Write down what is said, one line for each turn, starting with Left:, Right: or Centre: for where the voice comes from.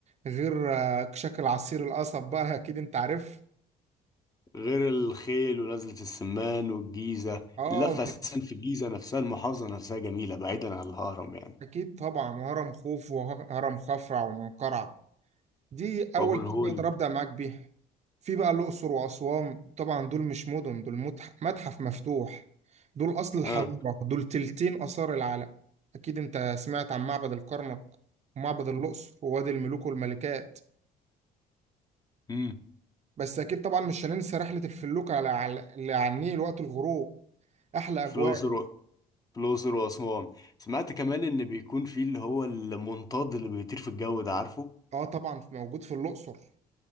Right: غير آه، شكل عصير القصب بقى أكيد أنت عارف
Left: غير الخيل ونزلة السمان والجيزة
Right: أه
Left: اللفة
Right: أنت
Left: أساسا في الجيزة نفسها المحافظة نفسها جميلة بعيدا عن الهرم يعني
Right: أكيد طبعا وهرم خوف وهرم خفرع ومنقرع دي اول
Left: وأبو الهول
Right: حاجه اقدر ابدا معاك بيها في بقى الاقصر واسوان طبعا دول مش مدن دول متح- متحف مفتوح دول اصل الحضاره
Left: آه
Right: دول تلتين اثار العالم اكيد انت سمعت عن معبد الكرنك ومعبد الاقصر ووادي الملوك والملكات
Left: امم
Right: بس اكيد طبعا مش هننسى رحله الفلوكه على على اللي على النيل وقت الغروب احلى
Left: في
Right: اجواء
Left: الأقصر و- في الأقصر وأسوان سمعت كمان إن بيكون في اللي هو المنطاد اللي بيطير في الجو ده عارفه
Right: اه طبعا في- موجود في الاقصر